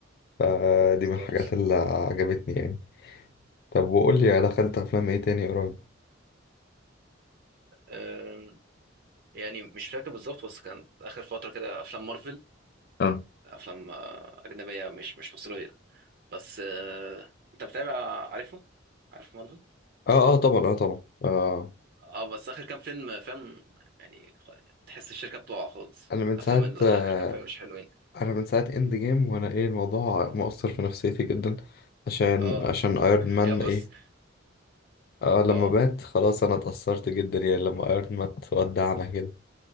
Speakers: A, on the left (about 50°); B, on the right (about 50°).
A: فدي
B: بالظبط
A: من الحاجات اللي عجبتني يعني طب وقول لي دخلت افلام ايه تاني قريب
B: آم، يعني مش فاكر بالظبط بس كان اخر فتره كده افلام مارفل
A: اه
B: افلام آه، اجنبيه مش مش مصريه بس آه، انت متابع عارفه عارف مارفل
A: اه اه طبعا اه طبعا آه
B: اه بس اخر كام فيلم فاهم يعني تحس الشركه بتقع خالص
A: انا من
B: الافلام
A: ساعة
B: اللي
A: آه
B: اخر كام فيلم مش حلوين
A: انا من ساعة اند جيم وانا ايه الموضوع مؤثر في نفسيتي جدا عشان
B: اه
A: عشان ايرون مان
B: يا بص
A: ايه آه لما
B: اه
A: مات خلاص انا اتأثرت جدا يعني لما ايرون مات ودعنا كده